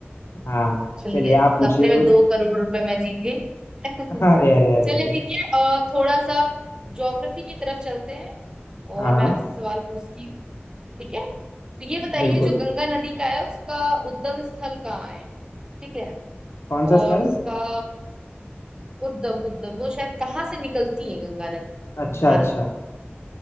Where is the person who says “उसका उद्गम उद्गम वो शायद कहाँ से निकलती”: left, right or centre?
Right